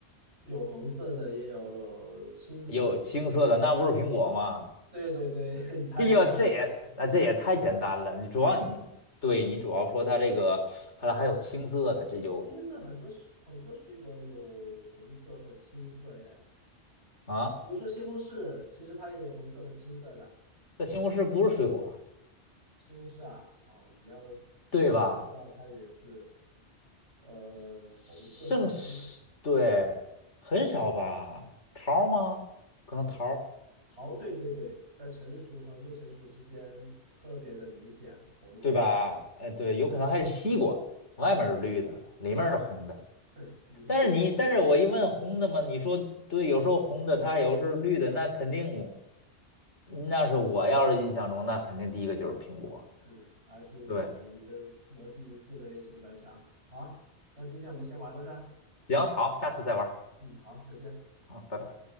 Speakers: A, on the right; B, on the left.
A: 有红色的，也有青色的。
B: 有青色的，那不是苹果吗？
A: 对对对，
B: <laughs>
A: <laughs> 太厉害了
B: 哎呀，这也那这也太简单了。你主要你对你主要说它这个，
A: 啊！
B: 还还有青色的，这就
A: 青色很多水很多水果有红色和青色耶，
B: 啊。
A: 比如说西红柿，其实它也有红色和青色的。
B: 这西红柿不是水果儿，
A: 西红柿啊，啊，你要严格的话，
B: 对吧？
A: 它也是呃红色和青色。
B: 剩是，对，很少吧？
A: 嗯，
B: 桃儿吗？可能桃儿，
A: 桃，对对对，在成熟和未成熟之间特别的明显，红和不红。
B: 对吧？哎，对，有可能还是西瓜，
A: 对
B: 外面是绿的，里面是红的。
A: 对，你对这个
B: 但是你，但是我一问红的嘛，你说对，有时候红的，它有时候绿的，那肯定我那是我要是印象中，
A: 啊。嗯
B: 那肯定第一个就是苹果。
A: 嗯，还是你的逻辑思维是比较强。
B: 对，
A: 好，那今天我们先玩到这儿。
B: 行，好，下次再玩儿
A: 嗯，好，再见。
B: 啊，拜拜。